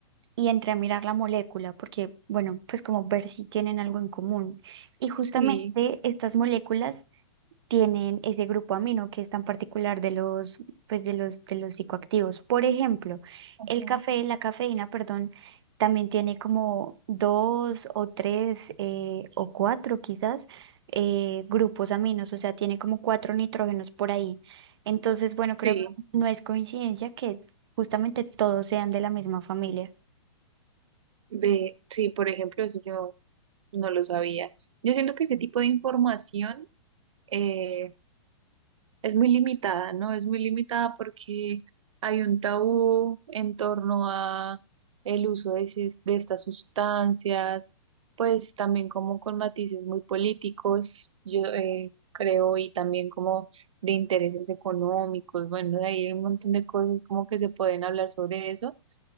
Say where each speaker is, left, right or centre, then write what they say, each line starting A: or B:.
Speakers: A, on the right; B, on the right.
A: y entré a mirar la molécula, porque, bueno, pues como ver si tienen algo en común. Y justamente
B: Sí,
A: estas moléculas tienen ese grupo amino que es tan particular de los, pues de los, de los psicoactivos. Por ejemplo,
B: Ujú.
A: el café, la cafeína, perdón, también tiene como dos o tres eh, o cuatro quizás eh, grupos aminos, o sea, tiene como cuatro nitrógenos por ahí. Entonces, bueno, creo
B: sí,
A: que no es coincidencia que justamente todos sean de la misma familia.
B: ve, sí, por ejemplo, eso yo no lo sabía. Yo siento que ese tipo de información eh, es muy limitada, ¿no? Es muy limitada porque hay un tabú en torno a el uso de, ces- de estas sustancias, pues también como con matices muy políticos, yo eh, creo, y también como de intereses económicos, bueno, de ahí hay un montón de cosas como que se pueden hablar sobre eso,